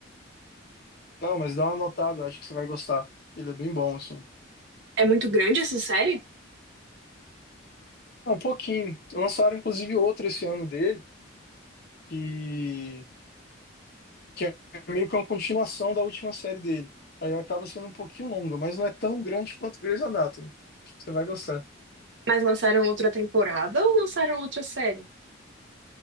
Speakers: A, on the left; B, on the right.
A: Não, mas dá uma notada, eu acho que você vai gostar. Ele é bem bom, assim.
B: É muito grande essa série?
A: Um pouquinho. Lançaram, inclusive, outro esse ano dele, que que é meio que uma continuação da última série dele. Aí acaba sendo um pouquinho longa, mas não é tão grande quanto Grey's Anatomy. Você vai gostar.
B: Mas lançaram outra temporada ou lançaram outra série?